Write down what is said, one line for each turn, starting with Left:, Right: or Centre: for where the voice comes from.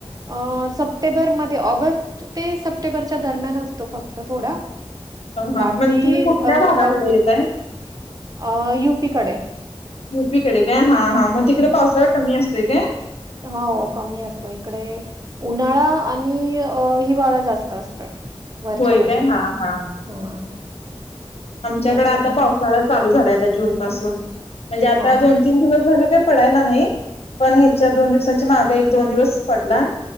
Right: अ सप्टेंबर मध्ये ऑगस्ट ते सप्टेंबरच्या दरम्यान असतो. फक्त थोडा
Left: हा
Right: बाकी
Left: म्हणजे तुम्ही कुठल्या
Right: अ
Left: भागाकडे
Right: पाऊस न
Left: येताय
Right: अ यु पी कडे
Left: यु पी कडे काय हां हां
Right: हम्म.
Left: मग तिकडे पावसाळा कमी असतोय काय?
Right: हो कमी असतो. इकडे उन्हाळा आणि अ हिवाळा जास्त असतोय. वरच्या
Left: होय
Right: बाजूला
Left: काय हा हा
Right: हा
Left: आमच्याकडे
Right: त्याच्यामुळे
Left: आता पावसाळा चालू झालाय. जून पासून म्हणजे आता
Right: हा
Left: दोन तीन दिवस झालं काय पडायला नाही. पण ह्याच्या दोन दिवसाची माग एक दोन दिवस पडला